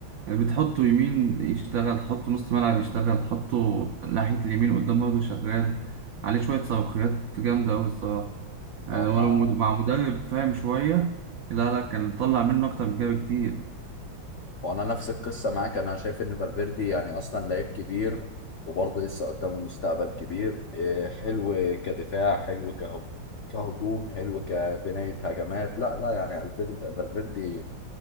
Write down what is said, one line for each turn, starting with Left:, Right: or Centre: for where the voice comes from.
Right: بتحطه يمين يشتغل تحطه نص ملعب يشتغل تحطه ناحية اليمين قدام برضه شغال عليه شوية صاروخيات جامدة أوي الصراحة يعني
Left: طبعا
Right: هو لو مد- مع مدرب فاهم شوية لا لا كان طلع منه أكتر من كده بكتير
Left: وانا نفس القصه معاك انا شايف ان فالفيردي يعني اصلا لعيب كبير وبرضه لسه قدامه مستقبل كبير إيه، حلو كدفاع حلو كهجوم كهجوم حلو كبنايه هجمات لا لا يعني الفير- فالفيردي